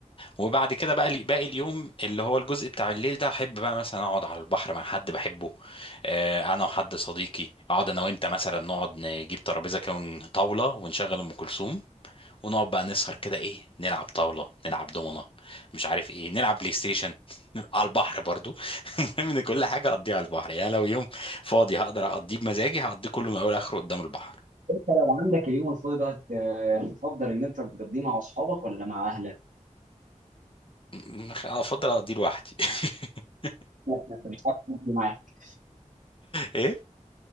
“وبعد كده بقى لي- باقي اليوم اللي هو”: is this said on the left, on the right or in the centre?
Left